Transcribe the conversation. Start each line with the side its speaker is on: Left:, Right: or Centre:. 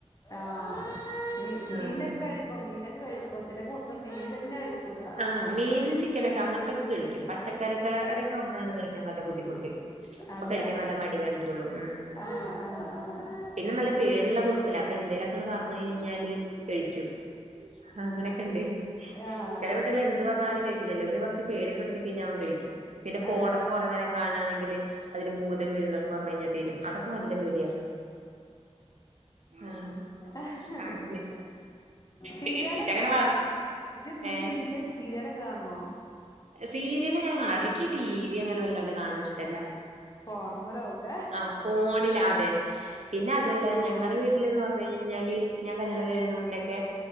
Left: ആഹ് മീ മീനൊക്കെ
Right: ആഹ്
Left: കഴിക്കോ? മീനൊക്കെ കഴിക്കും ചെല <unintelligible> മീൻ തന്നെ കഴിക്കൂലാ
Right: ആഹ് മീനും ചിക്കനൊക്കെ അങ്ങനത്തൊക്കെ കഴിക്കും പച്ചക്കറി <unintelligible> മ്പോഴാണ് കഴിക്കാൻ നല്ല ബുദ്ധിമുട്ട് അപ്പോ
Left: അതെ
Right: കഴിക്കാൻ നല്ല മടി കാണിക്കുള്ളൂ ഉം
Left: ആഹ് ആഹ് ആഹ്
Right: പിന്നെ നല്ല പേടിള്ള കൂട്ടത്തിലാ അപ്പോ എന്തേലൊക്കെങ്ങട്ട് പറഞ്ഞുകഴിഞ്ഞാല് കഴിക്കും അങ്ങനെയൊക്കെണ്ട്
Left: ആഹ്
Right: ചെലകുട്ടികള് എന്ത് പറഞ്ഞാലും കഴിക്കില്ലല്ലോ പിന്നെ കൊറ ച്ചു പേടിപ്പെടുത്തി കഴിഞ്ഞ അവൻ കഴിക്കും. പിന്നെ ഫോണൊക്കെ
Left: അതെ
Right: കൊറേനേരം കാണുവണെങ്കില് അതില് ഭൂതം വരുന്നൊക്കെ പറഞ്ഞു കഴിഞ്ഞാ തെരും അതൊക്കെ നല്ല പേടിയാ ആഹ്
Left: ആഹ്
Right: അങ്ങനെ
Left: സീരിയലൊക്കെ
Right: പേടിപ്പിച്ച് അങ്ങനെ വളർ
Left: ഇജ്ജ്
Right: ഏ
Left: സീരിയൽ സീരിയലൊക്കെ കാണുവോ?
Right: സീരിയൽ അങ്ങനെ കാണാ അല്ലക്ക് ടി വി അങ്ങനെ വല്ലാണ്ട് കാൺണേ ഇഷ്ട്ടല്ല
Left: ഫോണമെലാവുലേ
Right: ആഹ് ഫോണില് അതെ പിന്നെ അതുവല്ല ഞങ്ങളടെ വീട്ടിലന്ന് പറഞ്ഞ് കയിഞ്ഞ് കഴിഞ്ഞാല് ഞാൻ കല്യാണം
Left: ആഹ്
Right: കഴിഞ്ഞന് മുന്നേക്കെ